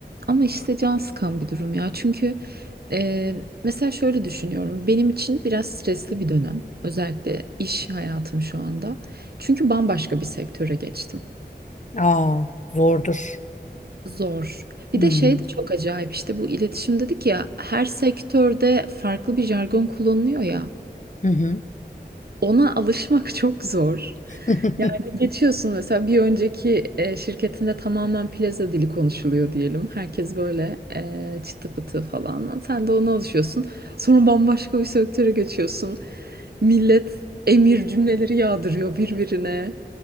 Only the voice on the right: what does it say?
ama işte can sıkan bir durum ya. Çünkü eee, mesela şöyle düşünüyorum. Benim için biraz stresli bir dönem. Özellikle iş hayatım şu anda. Çünkü bambaşka bir sektöre geçtim.
Zor. Bir
de
şey de çok acayip işte bu iletişim dedik ya her sektörde farklı bir jargon kullanılıyor ya.
Ona alışmak <laughs> çok zor.
Yani geçiyorsun mesela bir önceki e, şirketinde tamamen plaza dili konuşuluyor diyelim. Herkes böyle e, çıtı pıtı falan. Sen de ona alışıyorsun. Sonra bambaşka bir sektöre geçiyorsun. Millet emir cümleleri yağdırıyor birbirine.